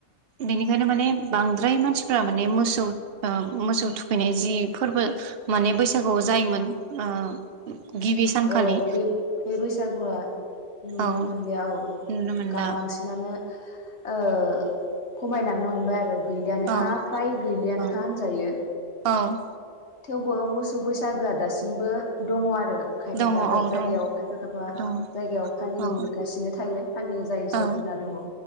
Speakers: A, on the right (about 55°); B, on the left (about 60°).
A: बेनिखायनो माने बांद्राय मानसिफोरा माने मोसौ ओ मोसौ थुखैनाय जि फोरबो माने बैसागुआव जायोमोन ओ गिबि सानखलि
B: औ बे बे बैसागुआ नुनो
A: औ
B: मोनला औ
A: नुनो मोनला
B: गा बांसिनानो ओ खमायलांनो हमबाय आरो गैलियानोखा
A: औ
B: फ्राय गैलियानोखा
A: औ
B: होनजायो
A: औ
B: थेवबो मोसौ बैसागोआ दासिमबो दङ आरो ओंखायनो
A: दङ
B: दाब दाब
A: औ
B: जायगायाव
A: दङ
B: खायफा खायफा
A: दङ
B: जायगायाव फालिगासिनो
A: औ
B: थायो फालियो जाय
A: औ
B: जायफोरना दङ